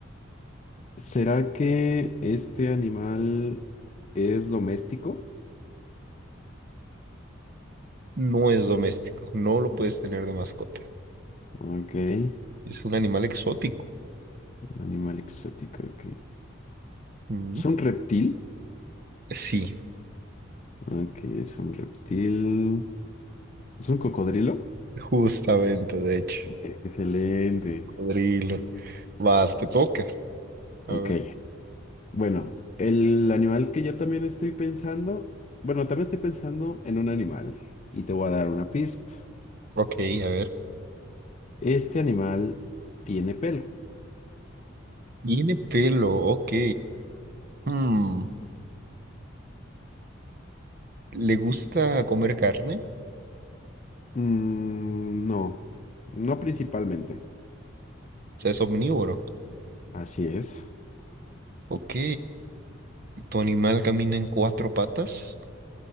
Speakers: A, on the left; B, on the right.
A: ¿Será que este animal es doméstico?
B: No es doméstico, no lo puedes tener de mascota.
A: Ok. Un
B: Es un animal exótico.
A: animal exótico. ok.
B: Mm.
A: ¿Es un reptil?
B: Sí,
A: Ok, es un reptil. ¿Es un cocodrilo?
B: justamente, de hecho.
A: Ok, Excelente.
B: Cocodrilo. Vas, te toca. A
A: Ok.
B: ver,
A: Bueno, el animal que yo también estoy pensando, bueno, también estoy pensando en un animal y te voy a dar una pista.
B: ok, a ver.
A: Este animal tiene pelo.
B: Tiene pelo, ok. Hmm, ¿Le gusta comer carne? O
A: Mm, no, no principalmente.
B: sea, es omnívoro.
A: Así es.
B: Ok. ¿Tu animal camina en cuatro patas?